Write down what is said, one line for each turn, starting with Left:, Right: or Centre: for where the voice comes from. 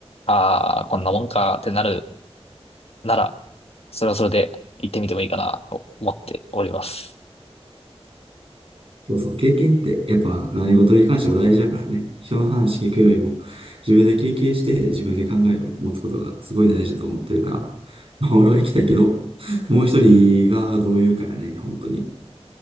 Left: ああ、こんなもんかってなるなら、それはそれで行ってみてもいいかなと思っております。
Right: そうそう、経験ってやっぱ何事に関しても大事だからね。人の話聞くよりも自分で経験して自分で考えを持つことがすごい大事だと思ってるから、まあ俺は行きたいけど、もう一人がどう言うかやね、本当に。